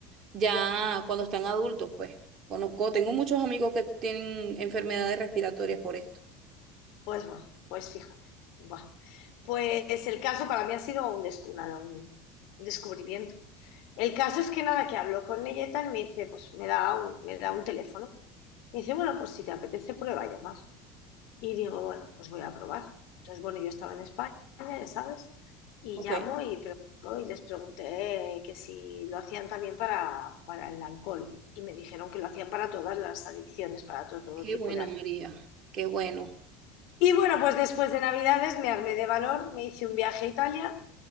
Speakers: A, on the right; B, on the left.
A: ya cuando están adultos, pues. Conozco, tengo muchos amigos que tienen enfermedades respiratorias por esto.
B: pues bueno, pues fíjate. Buah. Pues el caso para mí ha sido un, descu- una- un descubrimiento. El caso es que nada, que hablo con ella y tal, y me dice, pues me da un, me da un teléfono. Me dice, bueno, pues si te apetece, prueba a llamar. Y digo, bueno, pues voy a probar. Entonces, bueno, yo estaba en España, ya sabes, y
A: Ok.
B: llamo y, pregunto, y les pregunté que si lo hacían también para, para el alcohol. Y me dijeron que lo hacían para todas las adicciones, para todo, todo
A: Qué
B: tipo
A: bueno,
B: de adicciones.
A: María. Qué bueno.
B: Y bueno, pues después de Navidades me armé de valor, me hice un viaje a Italia,